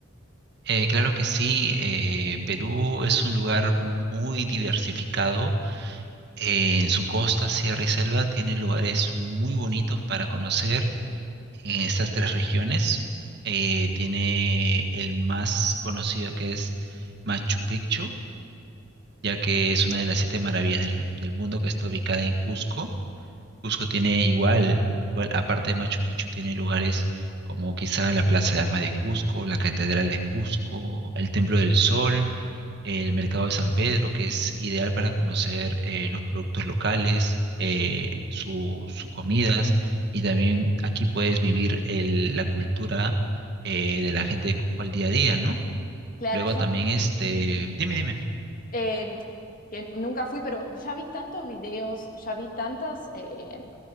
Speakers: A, on the right; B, on the left.
A: Eh, claro que sí, eh, Perú es un lugar muy diversificado. eh, en su costa, sierra y selva tiene lugares muy bonitos para conocer en estas tres regiones. Eh, tiene el más conocido que es Machu Picchu, ya que es una de las siete maravillas del, del mundo que está ubicada en Cusco. Cusco tiene igual, igual, aparte de Machu Picchu, tiene lugares como quizá la Plaza de Armas de Cusco, la Catedral de Cusco, el Templo del Sol el mercado de San Pedro, que es ideal para conocer eh, los productos locales, eh, su- sus comidas, y también aquí puedes vivir el- la cultura eh, de la gente de Cusco al día a día, ¿no?
B: Claro,
A: Luego
B: yo
A: también, este, dime, dime.
B: eh, que nunca fui, pero ya vi tantos videos, ya vi tantas, eh,